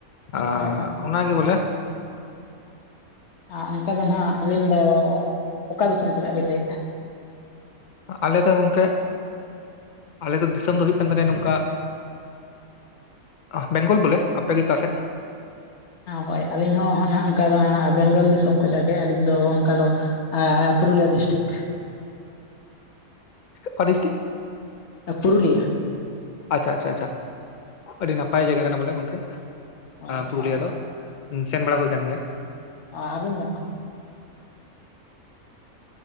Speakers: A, on the left; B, on the left.
A: ᱟ
B: ᱦᱳᱭ ᱱᱟᱜ,
A: ᱚᱱᱟᱜᱮ ᱵᱚᱞᱮ᱾
B: ᱟᱨ ᱚᱱᱠᱟ ᱫᱚ ᱱᱟᱦᱟᱜ ᱟᱹᱵᱤᱱ ᱫᱚ ᱚᱠᱟ ᱫᱤᱥᱚᱢ ᱠᱷᱚᱱᱟᱜ ᱵᱤᱱ ᱞᱟᱹᱭᱮᱫᱼᱟ?
A: ᱟᱞᱮ ᱫᱚ ᱜᱚᱢᱠᱮ ᱟᱞᱮ ᱫᱚ ᱫᱤᱥᱚᱢ ᱫᱚ ᱦᱩᱭᱩᱜ ᱠᱟᱱ ᱛᱟᱞᱮᱭᱟ ᱱᱚᱝᱠᱟ ᱟᱹᱜ ᱵᱮᱝᱜᱚᱞ ᱵᱚᱞᱮ, ᱟᱯᱮᱜᱮ ᱚᱠᱟ ᱥᱮᱫ?
B: ᱦᱳᱭ ᱟᱹᱞᱤᱧ ᱦᱚᱸ ᱱᱟ ᱚᱱᱠᱟ ᱫᱚ ᱦᱟᱸᱜ ᱵᱮᱝᱜᱚᱞ ᱫᱤᱥᱚᱢ ᱠᱷᱚᱱᱟᱜ ᱜᱮ ᱟᱹᱞᱤᱧ ᱫᱚ ᱚᱱᱠᱟ ᱫᱚ ᱯᱩᱨᱩᱞᱤᱭᱟᱹ ᱰᱤᱥᱴᱤᱠ᱾
A: ᱚᱠᱟ ᱰᱤᱥᱴᱤᱠ?
B: ᱟᱹ ᱯᱩᱨᱩᱞᱤᱭᱟᱹ᱾
A: ᱟᱪᱷᱟ ᱟᱪᱷᱟ ᱟᱪᱷᱟ ᱟᱹᱰᱤ ᱱᱟᱯᱟᱭ ᱡᱟᱭᱜᱟ ᱠᱟᱱᱟ ᱵᱚᱞᱮ ᱜᱚᱝᱠᱮ᱾
B: ᱦᱳᱭ
A: ᱯᱩᱨᱩᱞᱤᱭᱟᱹ
B: ᱟᱨ
A: ᱫᱚ ᱥᱮᱱ ᱵᱟᱲᱟ ᱦᱩᱭ ᱠᱟᱱ ᱜᱮᱭᱟ᱾
B: ᱟᱨ ᱟᱹᱵᱤᱱ ᱫᱚ ᱱᱟ ᱦᱟᱸᱜ?